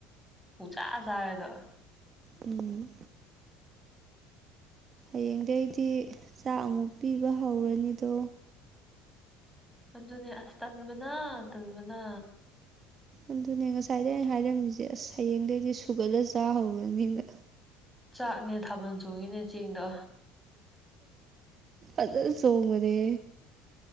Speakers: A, in the centre; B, on the right.
A: ꯄꯨꯆꯥꯥ ꯆꯥꯔꯦꯗ
B: ꯎ꯫ ꯍꯌꯦꯡꯗꯒꯤꯩꯗꯤ ꯆꯥꯛ ꯑꯃꯨꯛ ꯄꯤꯕ ꯍꯧꯔꯅꯤꯗꯣ
A: ꯑꯗꯨꯅꯦ ꯑꯁ ꯇꯟꯕꯅ ꯇꯜꯕꯅ
B: ꯑꯗꯨꯅꯦ ꯉꯁꯥꯏꯗ ꯑꯩꯅ ꯍꯥꯏꯔꯝꯃꯤꯁꯦ ꯑꯁ ꯍꯌꯦꯡꯗꯒꯤꯩꯗꯤ ꯁꯨꯒꯠꯂ ꯆꯥꯍꯧꯔꯅꯤꯅ꯫
A: ꯆꯥꯛꯅꯦ ꯊꯥꯕꯟ ꯆꯣꯡꯉꯤꯅꯦ ꯆꯦꯡꯗꯣ
B: ꯑꯗ ꯆꯣꯡꯃꯅꯦ꯫